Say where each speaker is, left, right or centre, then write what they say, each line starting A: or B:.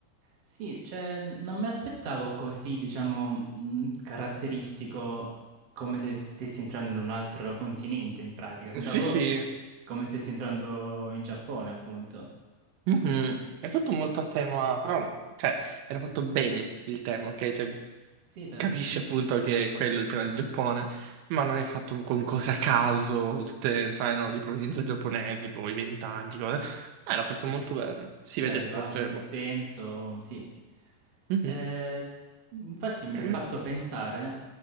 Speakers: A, on the right; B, on the right.
A: Sì, cioè, non mi aspettavo così, diciamo, mh, caratteristico come se stessi entrando in un altro continente, in pratica. Sembrava
B: Sì, sì.
A: proprio come se stessi entrando in Giappone, appunto.
B: Mhm. È tutto molto a tema, però, cioè, era fatto bene il tema, ok? Cioè,
A: Sì, vero,
B: capisci
A: sì.
B: appunto che quello è il tema del Giappone, ma non è fatto con cose a caso, tutte, sai, no, di provenienza giapponese, poi ventaggi, cose. Ma era fatto molto bene. Si
A: Sì,
B: vede
A: aveva
B: che forse,
A: un
B: boh.
A: senso, sì.
B: Mhm.
A: Eh, infatti mi
B: <clears throat>
A: ha fatto pensare